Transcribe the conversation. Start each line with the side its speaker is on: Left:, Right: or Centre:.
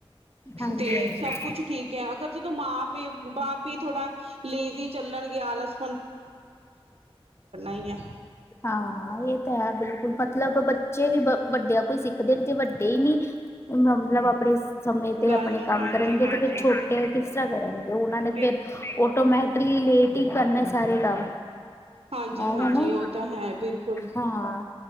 Left: ਹਾਂਜੀ
Right: ਤੇ
Left: ਹਾਂਜੀ
Right: ਸਭ ਕੁਛ ਠੀਕ ਹੈ, ਅਗਰ ਜਦੋਂ ਮਾਂ ਪਿ ਬਾਪ ਹੀ ਥੋੜਾ ਲੇਜ਼ੀ ਚੱਲਣਗੇ, ਆਲਸ ਹੀ ਹੈ
Left: ਹਾਂ, ਇਹ ਤੇ ਹੈ ਬਿਲਕੁਲ ਪਤਾ ਮਤਲਬ ਬੱਚੇ ਵੀ ਵੱਡਿਆਂ ਕੋਲੋ ਸਿੱਖਦੇ, ਜੇ ਵੱਡੇ ਹੀ ਨੀ ਮਤਲਬ ਆਪਣੇ ਸਮੇ ਤੇ
Right: ਗੱਲ
Left: ਆਪਣੇ
Right: ਨੂੰ
Left: ਕੰਮ
Right: ਹਾਂਜੀ
Left: ਕਰਨਗੇ
Right: ਹਾਂਜੀ
Left: ਤੇ ਫਿਰ ਛੋਟੇ ਕਿਸ ਤਰ੍ਹਾਂ ਕਰਨਗੇ। ਉਹਨਾਂ ਨੇ
Right: ਬਿਲਕੁਲ
Left: ਫਿਰ ਟੋਮੈ ਅਸੀਂ ਲੇਟ ਹੀ ਕਰਨਾ ਸਾਰੇ ਕੰਮ।
Right: ਹਾਂਜੀ-
Left: ਐਵੇਂ
Right: ਹਾਂਜੀ
Left: ਨਾ
Right: ਉਹ ਤਾਂ ਹੈ ਬਿਲਕੁਲ।
Left: ਹਾਂ